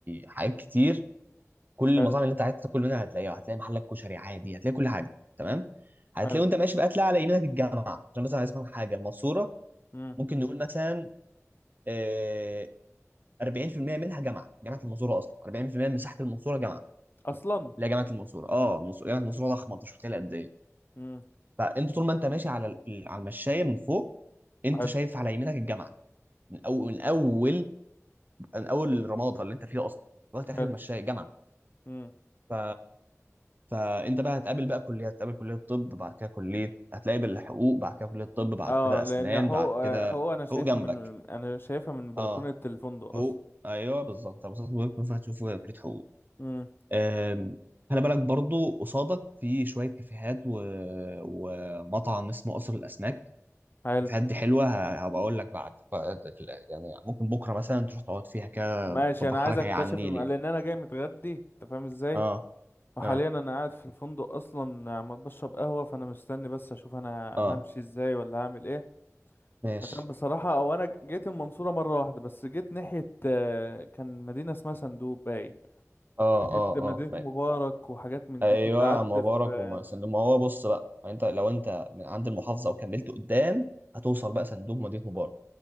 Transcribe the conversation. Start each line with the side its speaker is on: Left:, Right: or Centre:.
Right: حاجات كتير كل المطاعم
Left: حلو
Right: اللي انت عايز تاكل منها هتلاقيها هتلاقي محلك كشري عادي هتلاقي كل حاجه تمام هتلاقي
Left: حلو
Right: وانت ماشي بقى تلاقي على يمينك الجامعه عشان مثلا عايز افهم حاجه المنصوره
Left: امم
Right: ممكن نقول مثلا آه، 40% منها جامعه جامعه المنصوره اصلا 40% من مساحه المنصوره جامعه
Left: اصلا
Right: لا جامعه المنصوره اه المنصورة- جامعه المنصوره ضخمه انت مش متخيل قد ايه
Left: امم
Right: فانت طول ما انت ماشي على ال- على المشايه من فوق انت
Left: حلو
Right: شايف على يمينك الجامعه من اول من اول من اول رماده اللي انت فيها اصلا لغايه
Left: حلو
Right: اخر المشاية جامعه
Left: مم.
Right: ف فانت بقى هتقابل بقى كليه هتقابل كليه طب بعد كده كليه هتلاقي بالحقوق بعد كده كليه طب بعد
Left: اه
Right: كده
Left: لان
Right: اسنان
Left: حقوق
Right: بعد
Left: آه،
Right: كده
Left: حقوق انا شايفها
Right: حقوق جنبك
Left: من انا شايفها من بلكونة
Right: اه
Left: الفندق
Right: حقوق
Left: اصلا
Right: ايوه بالظبط مبسوط بيكون فهتشوف كليه حقوق
Left: امم
Right: أم، خلي بالك برضو قصادك في شويه كافيهات و... ومطعم اسمه قصر الاسماك
Left: حلو
Right: الكافيهات دي حلوه ه- هبقى اقول لك بعد بعد- في ال- يعني ممكن بكره مثلا تروح تقعد فيها كده
Left: ماشي
Right: تظبط
Left: انا
Right: حالك
Left: عايز اكتشف
Right: هي على النيل
Left: الم...
Right: يعني
Left: لان انا جاي متغدي انت فاهم ازاي
Right: اه
Left: وحاليا
Right: اه
Left: انا قاعد في الفندق اصلا عمال بشرب قهوة فانا مستني بس اشوف انا
Right: اه
Left: همشي ازاي ولا هعمل ايه
Right: ماشي
Left: عشان بصراحة او انا ج- جيت المنصورة مرة واحدة بس جيت ناحية آه، كان مدينة اسمها صندوق باين
Right: اه
Left: ناحية
Right: اه
Left: مدينة
Right: اه ما-
Left: مبارك وحاجات من
Right: ايوه
Left: دي كنت قعدت
Right: يا عم مبارك
Left: في
Right: وما سندوم ما هو بص بقى ما انت لو انت من عند المحافظه وكملت قدام هتوصل بقى صندوق مدينه مبارك